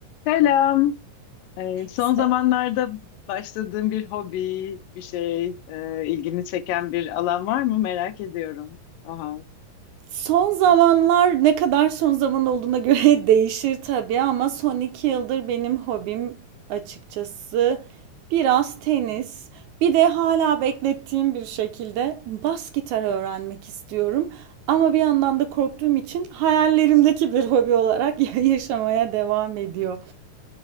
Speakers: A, on the left; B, on the right.
A: Selam. Ee, son
B: İşte
A: zamanlarda başladığın bir hobi, bir şey, e, ilgini çeken bir alan var mı? Merak ediyorum. Aha,
B: son zamanlar ne kadar son zaman olduğuna göre <laughs> değişir tabii ama son iki yıldır benim hobim açıkçası biraz tenis. Bir de hala beklettiğim bir şekilde bas gitarı öğrenmek istiyorum. Ama bir yandan da korktuğum için hayallerimdeki bir hobi olarak <laughs> ya- yaşamaya devam ediyor.